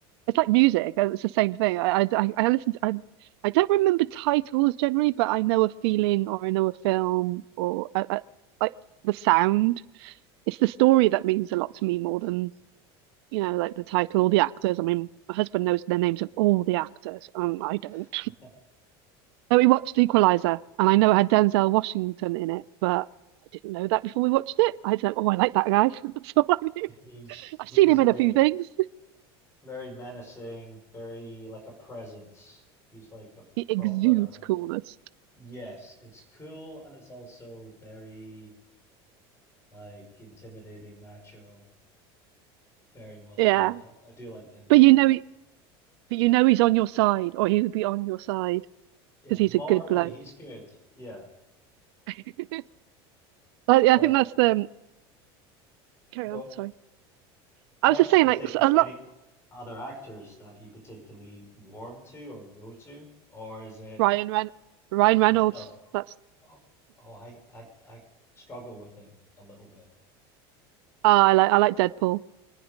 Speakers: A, on the right (about 80°); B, on the left (about 20°).
A: it's like music. uh, It's the same thing. I I I listen to, I I don't remember titles generally, but I know a feeling or I know a film or I, I, like the sound. It's the story that means a lot to me more than, you know, like the title or the actors. I mean, my husband knows the names of all the actors. Um, I don't.
B: <laughs>
A: So we watched Equalizer, and I know it had Denzel Washington in it, but I didn't know that before we watched it. I was like, oh, I like that guy. <laughs> That's all I knew.
B: He's
A: I've
B: he
A: seen
B: is
A: him
B: great.
A: in a few things. <laughs>
B: Very menacing, very like a presence. He's like a
A: He
B: proper
A: exudes coolness.
B: yes, it's cool and it's also very like intimidating macho. Very well.
A: Yeah,
B: Yeah, I, I do like Denzel.
A: but you know, he, but you know he's on your side, or he would be on your side
B: Yeah,
A: because
B: morally
A: he's a good bloke.
B: he's good. Yeah.
A: <laughs> But yeah,
B: But
A: I think that's the um, carry
B: Go
A: on.
B: on.
A: Sorry, I
B: No,
A: was
B: I was
A: just
B: just
A: saying
B: going
A: like
B: to say,
A: so
B: is
A: a
B: there
A: lot.
B: any other actors that you particularly warm to or go to, or is it
A: Ryan Ren Ryan Reynolds.
B: Reynolds?
A: That's
B: Oh, oh, I, I, I struggle with him a little bit.
A: ah, I like I like Deadpool.